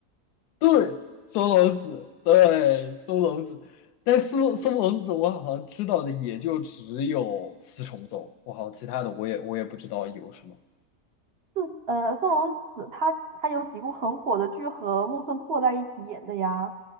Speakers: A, on the left (about 85°); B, on the right (about 50°).
A: 对，松隆子，对，松隆子，但松松隆子我好像知道的也就只有四重奏，我好像其他的我也我也不知道有什么
B: 子，呃，松隆子她她有几部很火的剧和木村拓在一起演的呀。